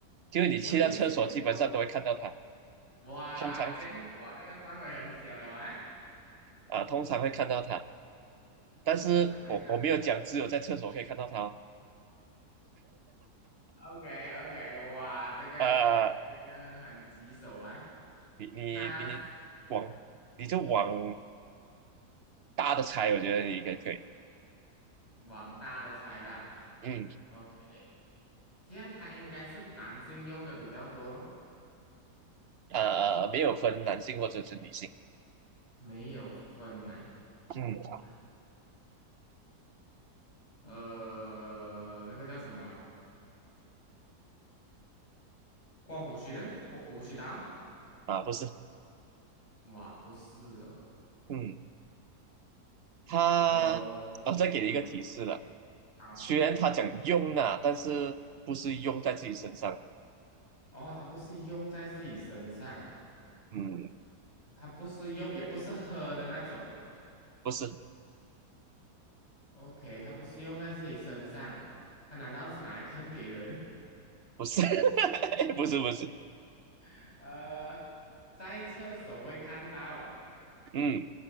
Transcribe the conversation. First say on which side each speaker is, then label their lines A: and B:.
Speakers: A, on the right; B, on the left.
A: 就是你去到厕所基本上都会看到它，
B: 我的意思不是说，哇，
A: 通常
B: 这样我那个范围很小了啊，
A: 啊、通常会看到它。但是我我没有讲，
B: 通常会看到它。
A: 只有在厕所可以看到它哦
B: o k o k 哇，这个
A: 呃，
B: 这个很棘手啊，
A: 你你你往你就往
B: 它是
A: 大的猜，我觉得你应该可以。
B: 往大的猜啦。
A: 嗯，
B: OK，这样它应该是男性用的比较多咯，
A: 呃，没有分男性或者是女性。
B: 没有分呐、
A: 嗯，
B: 哇，呃，那个叫什么啊？刮胡须的，刮胡须刀？
A: 啊，不是，
B: 哇，不是哦，
A: 嗯，它，
B: 呃，
A: 啊，再给你一个提示了。
B: 嗯，好，
A: 虽然他讲用啊，但是不是用在自己身上的
B: 哦，它不是用在自己身上，
A: 嗯，
B: 它不是用，也不是喝的那种。
A: 不是，
B: OK，它不是用在自己身上，它难道是拿来喷别人？
A: 不是，<laughs> 不是，不是。
B: <laughs> 呃，在厕所会看到，
A: 嗯，